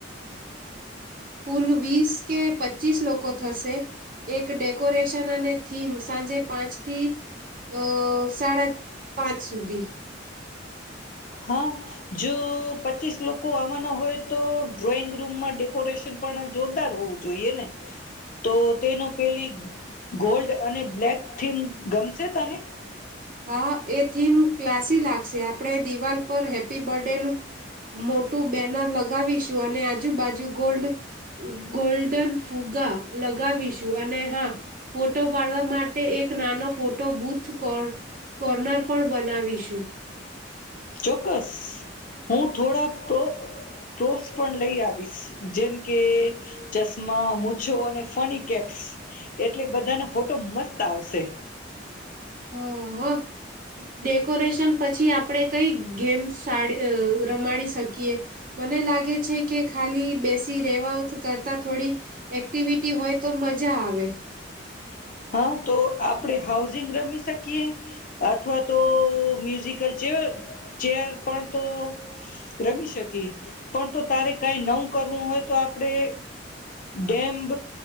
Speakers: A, on the right (about 45°); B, on the left (about 45°).
A: કુલ વીસ કે પચીસ લોકો થશે, એક ડેકોરેશન અને થીમ, સાંજે પાંચ થી અ સાડા પાંચ સુધી
B: હા જો પચીસ લોકો આવવાના હોય તો, ડ્રોઈંગ રૂમમાં ડેકોરેશન પણ જોરદાર હોવું જોઈએ ને, તો તેનો પેલી ગોલ્ડ અને બ્લેક થીમ ગમશે તને.?
A: હા એ થીમ ક્લાસી લાગશે. આપણે દિવાલ પર હેપી બર્થડેનું મોટું બેનર લગાવીશું. અને આજે બાજુ ગોલ્ડ ગોલ્ડન ફૂગ્ગા લગાવીશું. અને હા ફોટો પાડવા માટે એક એક નનો ફોટો બુજ કર કોર્નર પણ બનાવીશું.
B: ચોક્કસ હું થોડા પ્રોપ પ્રૂફ્સ પણ લઈ આવીશ જેમ કે ચશ્મા મુછો અને ફની કેપ્સ એટલે બધાના ફોટો મસ્ત આવશે.
A: ઓ હો ડેકોરેશન પછી આપ આપે કઈ ગેમ્સ સાડી રમાડી શકીએ. મને લાગે છે કે ખાલી બેસી રહેેવા કરતા થોડી એક્ટિવિટી હોય તો મજા આવે
B: હા તો આપણેે હાઉઝિંગ રમી શકીએ અથવા તો મ્યુઝિકલ ચેયર ચેયર પણ તો રમી શકીએ પણ તો તારે કઈ નવું કરવું હોય તો આપડણે ડેમ્બ